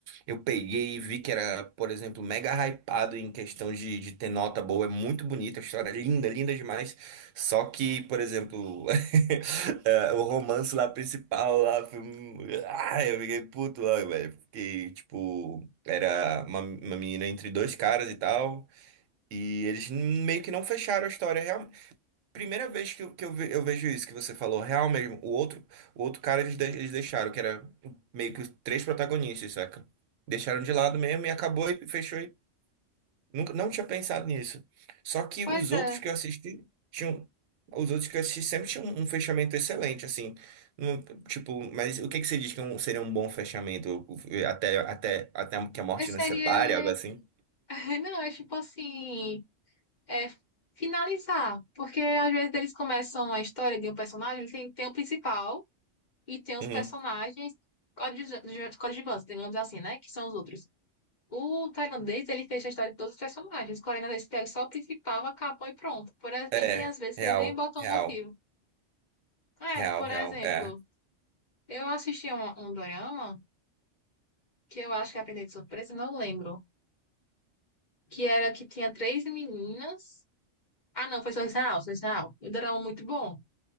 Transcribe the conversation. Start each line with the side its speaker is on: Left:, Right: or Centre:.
Right: eu peguei e vi que era, por exemplo, mega hypado em questão de, de ter nota boa. É muito bonita, a história é linda, linda demais. Só que, por exemplo, <laughs> é, o romance lá principal lá foi... um- Ah, eu fiquei puto lá, velho. Fiquei, tipo, era uma, uma menina entre dois caras e tal. E eles meio que não fecharam a história real. Primeira vez que, eu, que eu, ve- eu vejo isso que você falou, real mesmo. O outro, o outro cara eles, de- eles deixaram, que era meio que os três protagonistas, saca? Deixaram de lado mesmo e acabou e fechou. E nunca, não tinha pensado nisso. Só que
Left: Pois
Right: os
Left: é.
Right: outros que eu assisti tinham. Os outros que eu assisti sempre tinham um fechamento excelente, assim. Não- tipo, mas o que que você diz que é um- seria um bom fechamento? Até, até, até que a morte
Left: É série,
Right: nos separe,
Left: ele...
Right: algo assim?
Left: <laughs> Não, é tipo assim... É finalizar. Porque às vezes eles começam a história de um personagem, tem, tem o principal, E tem os
Right: Uhum.
Left: personagens coadjuvantes, coadjuvantes, digamos assim, né? Que são os outros. O tailandês, ele fez a história de todos os personagens. O coreano pega só o principal, acabou e pronto. Por, ex-
Right: É,
Left: e tem às vezes
Right: real,
Left: que eles nem botam
Right: real.
Left: um motivo. É,
Right: Real,
Left: por
Right: real,
Left: exemplo,
Right: é.
Left: eu assisti um, um dorama que eu acho que aprendi de surpresa, não lembro. Que era que tinha três meninas. Ah, não, foi só Israel, só Israel. O dorama muito bom.